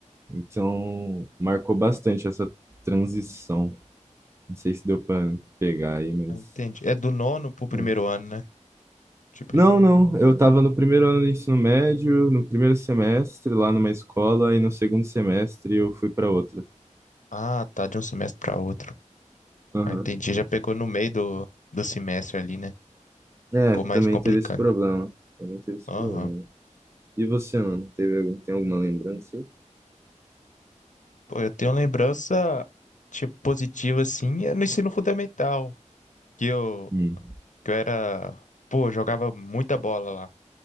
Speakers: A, on the right; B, on the left.
A: Então, marcou bastante essa transição. Não sei se deu para pegar aí, mas.
B: Ah, entendi. É do nono pro primeiro
A: é.
B: ano, né? Tipo,
A: Não,
B: isso.
A: não. Eu estava no primeiro ano do ensino médio, no primeiro semestre, lá numa escola, e no segundo semestre eu fui para outra.
B: ah, tá, de um semestre pra outro.
A: Aham.
B: Ah, entendi, já pegou no meio do, do semestre ali, né?
A: É,
B: Ficou
A: também
B: mais complicado.
A: teve esse problema. Também teve esse
B: Aham.
A: problema. E você, mano? Teve algum, tem alguma lembrança aí?
B: Pô, eu tenho lembrança, tipo, positiva, assim, é no ensino fundamental. Que eu,
A: Hum.
B: que eu era, pô, jogava muita bola lá.